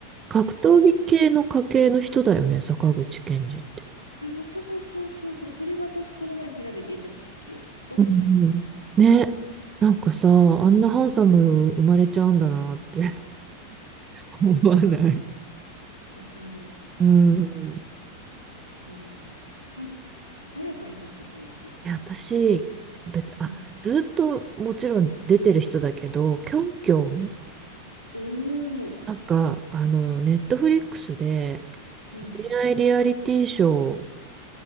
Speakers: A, on the right; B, on the left.
A: 格闘技系の家系の人だよね、
B: そ、
A: 坂口健二って。
B: あの、そうそうそうそう。それは私、この前調べていた知識です。そう。
A: うんうんね、なんかさ、あんなハンサム生まれちゃうんだなって <laughs> 思わない。
B: わかる。
A: うん。
B: いや、おお。なんか、あやさんいます、そういう人。
A: え、私、別、
B: うん。
A: あ、ずっともちろん出てる人だけど、キョンキョン、
B: おお。
A: なんか、あの、ネットフリックスで
B: うんうん。
A: 恋愛リアリティショー、